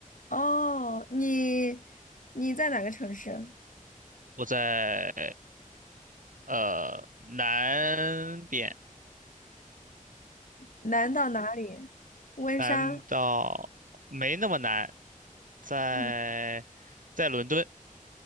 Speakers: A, on the left (about 70°); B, on the right (about 70°).
A: 哦，你你在哪个城市啊？
B: 我在呃南边，
A: 南到哪里？温莎？
B: 难道没那么难？在在伦敦，
A: 嗯，